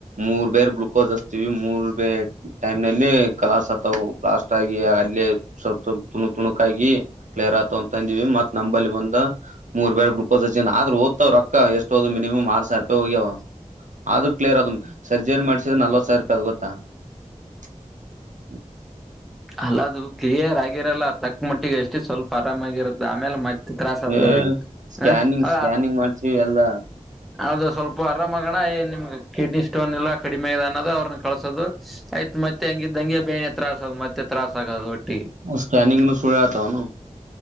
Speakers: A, on the right; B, in the centre.
A: ಮೂರ್ ಬೇರ್ ಗ್ಲುೂಕೋಸ್ ಹಸ್ತವಿ ಮೂರ್ ಬೇ ಟೈಮ್ ನಲ್ಲಿ ಕಲಾಸ್ ಆಗ್ತಾವು ಬ್ಲಾಸ್ಟ್ ಅಲ್ಲಿ ಆಗ್ಲಿ ಸ್ವಲ್ಪ ಸ್ವಲ್ಪ ತುಣಕ್ ತುಣಕ್ ಆಗಿ ಕ್ಲಿಯರ್ ಆತಂತಂದಿವವಿ ಮತ್ ನಂಬಲ್ಲಿ ಬಂದ ಮೂರ್ ಬೇರ್ ಗ್ಲುಕೋಸ್ ಹಚ್ಚಿನ್ ಅ್ರ ದ್ ಹೋತವ್ರೊಕ್ಕ ಎಷ್ಟೋದು ಮಿನಮ್ ಆರು ಸಾವಿ ಹೋಗ್ಯವ ಆದ್ರೂ ಕ್ಲಿಯರ್ ಅದ ಸರ್ಜರಿ ಮಾಡ್ಸಿದ್ರೆ ನಲ್ವ ಸರ್ ಪ ಅದ್ ಗೊತ್ತ <unintelligible>
B: ಅಲ್ಲ ಅದು ಕ್ಲಿಯರ್ ಆಗಿರಲ್ಲ ತಕ್ಕ ಮಟ್ಟಿಗೆ ಎಷ್ಟು ಸ್ವಲ್ಪ ಆರಾಮಾಗಿರುತ್ತೆ ಆಮೇಲೆ ಮತ್ ತ್ರಾಾಸ ಆದ್ದವ್ರಿಗೆ
A: ಏ ಸ್ಕ್ಯಾನಿಂಗ್
B: <unintelligible> ಹ
A: ಸ್ಕ್ಯಾನಿಂಗ್ ಮಾಡ್ಸಿ ಎಲ್ಲ
B: ಅದು ಸ್ವಲ್ಪ ಆರಾಮಗಣ ಏನಿಮ್ಗ ಕಿಡ್ನಿ ಸ್ಟೋನ್ ಇಲ್ಲ ಕಡಿೆ ಇದೆ ಅನ್ನೋದು ಅವ್ರನ್ನ ಕಳಸೋದು ಆಯ್ತ್ತ್ತೆ ಹಂಗಿದ್ದಂಗೆ ಬ ಾಸ ಅ ಮತ್ತೆ ತ್ರಾಸಾಗದು ಒಟ್ಟಿಗ್
A: ಸ್ಕ್ಯಾನಿಂಗ್ನು ಸುಳ್ ಹೇಳ್ತಾವನು